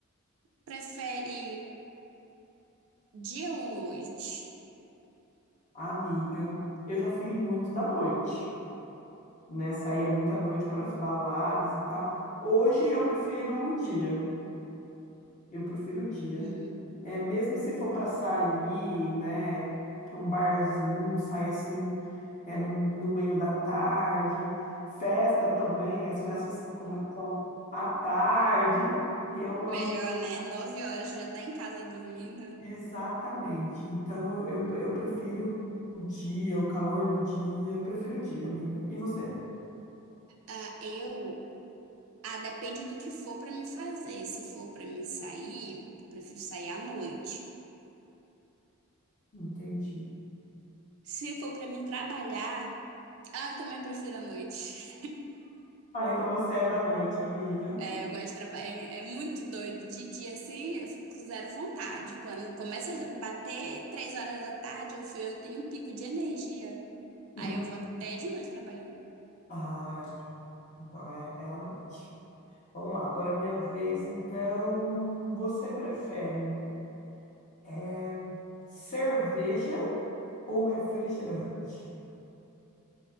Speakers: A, on the right (about 70°); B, on the left (about 35°).
A: Prefere dia ou noite?
B: Amiga, eu já fui muito da noite, né? Saía muito à noite para as baladas e tal. Hoje eu prefiro o dia. Eu prefiro o dia.
A: Uhum.
B: É, mesmo se for para sair, né, para um barzinho, sair assim, é, no, no meio da tarde. Festa também, as festas que começam à tarde. E eu ando
A: Melhor, né? Nove horas você já tá em casa dormindo.
B: exatamente. Então eu, eu, eu prefiro o dia, o calor do dia. Eu prefiro o dia, amiga. E você?
A: Ah, eu. Ah, depende do que for pra me fazer. Se for pra me sair, eu prefiro sair à noite.
B: Entendi.
A: Se for pra me trabalhar, ah, eu também prefiro à noite.
B: Ah, então você é da noite, amiga.
A: É, eu gosto de trabalhar. É, é muito doido. De dia, assim, eu fico com zero vontade. Quando começa a bater três horas da tarde, eu, fico- eu tenho um pico de energia.
B: <laughs>
A: Aí eu vou até de noite trabalhando.
B: Ah, então é, é a noite. Vamos lá, agora é minha vez. Então, você prefere eh, cerveja ou refrigerante?